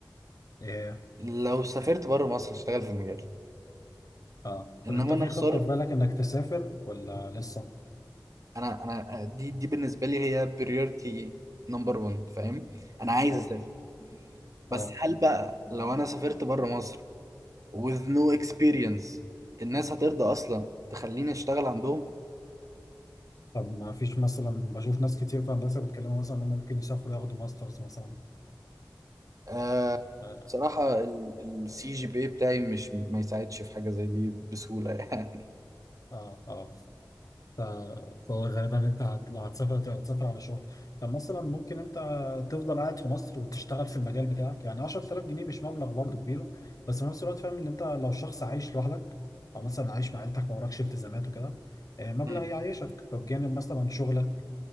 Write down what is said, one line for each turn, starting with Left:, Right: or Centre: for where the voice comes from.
Left: امم
Right: لو سافرت بره مصر أشتغل في مجالي
Left: اه
Right: إنما
Left: طب انت
Right: أنا
Left: في
Right: الصرف
Left: خطة في بالك انك تسافر ولا لسه؟
Right: أنا أنا آه، دي دي بالنسبة لي هي بريورتي نمبر 1 فاهم أنا عايز
Left: اه
Right: أسافر بس
Left: اه
Right: هل بقى لو انا سافرت بره مصر with no experience الناس هترضى اصلا تخليني اشتغل عندهم
Left: طب ما فيش مثلا بشوف ناس كتير في هندسة بيتكلموا مثلا انهم ممكن يسافروا ياخدوا ماسترز مثلا
Right: آه
Left: اه
Right: بصراحة السي جي بي بتاعي مش ما يساعدش في حاجة زي دي بسهولة <laughs> يعني
Left: اه آه. ف- فهو غالبا انت هت... لو هتسافر هت- هتسافر على شغل طب مثلا ممكن انت تفضل قاعد في مصر وتشتغل في المجال بتاعك يعني 10000 جنيه مش مبلغ برضه كبير بس في نفس الوقت فاهم ان انت لو شخص عايش لوحدك او مثلا عايش مع عيلتك ما وراكش التزامات وكده آه، مبلغ
Right: مم.
Left: يعيشك فبجانب مثلا شغلك